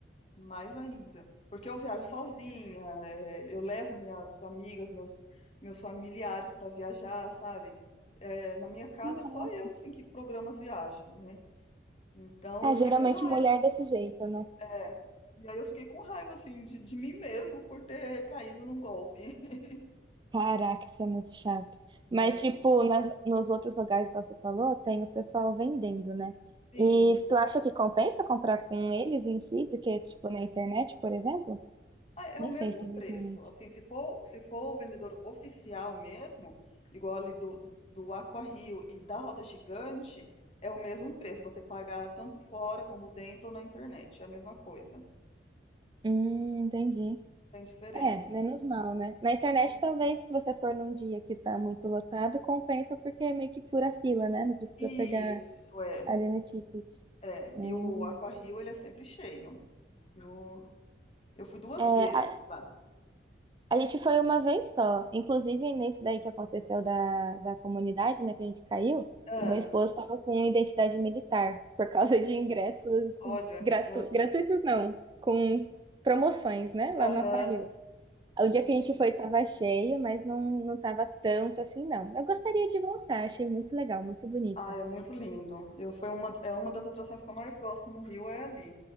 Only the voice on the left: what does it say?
mais ainda. Porque eu viajo sozinha, é, eu levo minhas amigas, meus, meus familiares para viajar, sabe? É, na minha casa
é só eu, assim, que programa as viagens, né? Então
eu fiquei
com raiva.
É. E aí eu fiquei com raiva, assim, de, de mim mesmo por ter caído num golpe. <laughs>
É,
sim,
Ah, é
o mesmo
preço.
Assim, se for, se for o vendedor oficial mesmo, igual ali do, do, do Aqua Rio e da Roda Gigante, é o mesmo preço. Você pagar tanto fora como dentro ou na internet. É a mesma coisa. Não
Tem diferença.
Uhum.
Isso,
é.
É.
E o Aqua Rio, ele é sempre cheio. Eu, eu fui duas
vezes lá.
Ah,
olha
só.
Aham.
Ah, é muito lindo. Eu, foi uma, é uma das atrações que eu mais gosto no Rio, é ali.